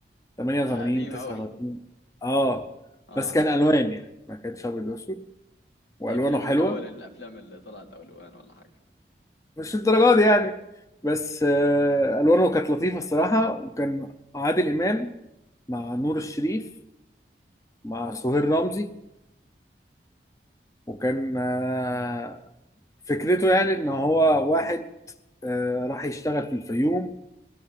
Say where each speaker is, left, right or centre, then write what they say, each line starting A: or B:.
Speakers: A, on the left; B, on the left.
A: 88
B: ده قديم
A: 89
B: أوي
A: اه
B: اه
A: بس كان الوان يعني ما كانش ابيض واسود والوانه
B: ده يمكن
A: حلوه
B: من أول الأفلام اللي طلعت أولوان ولا حاجة
A: مش الدرجه دي يعني بس آه الوانه كانت لطيفه الصراحه وكان عادل امام مع نور الشريف مع سهير رمزي وكان آه فكرته يعني ان هو واحد آه راح يشتغل في الفيوم